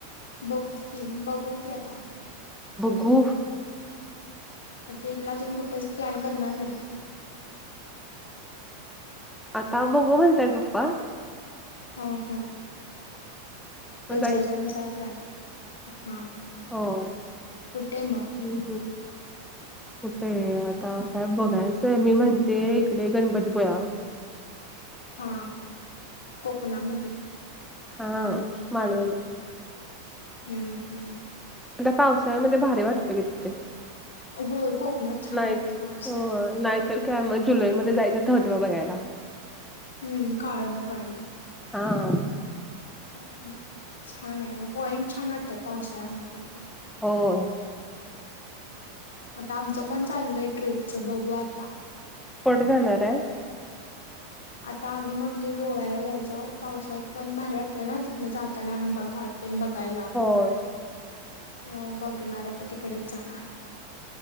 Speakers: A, on the left; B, in the centre.
A: बघू की बघू की आता
B: गु
A: मग ट्रिपला तेन कुठेच प्लॅन करणार नाही.
B: आता बघू म्हणतायेत पपा
A: हम हम्
B: मग
A: तेज्या ह्यज्या नुसार प्लॅन हा हा
B: होय
A: कुठे मग?
B: हम्म ह
A: <inaudible>
B: कुठेय आता काय बघायचंय मी म्हणते इकडे गणपतीपुळ्या
A: हा हा कोकणामध्ये
B: हा मालवण
A: हम्म हम्म
B: आता पावसाळ्यामध्ये भारी वाटतय ग तिथे
A: होय कोकणात छान
B: नाही
A: वाटतं पावसाळ्यात.
B: होय नाहीतर काय म जुलैमध्ये जायचं धबधबा बघायला.
A: हम्म काळंमवाडी
B: हा.
A: ह छान आहे मग पॉइंट छान वाटतात पावसाळ्यामध्ये
B: होय.
A: आता आमचं पण चाललंय ट्रिपच बघू आता
B: कुठे जाणार आहे?
A: आता आम्ही म्हण तो गोव्याला जायचं पावसात पण भारी वाटतंय ना तिथनं जाताना आंबा घाट आणि बघायला.
B: होय.
A: हो बघणार आता तिकडेच जाणार.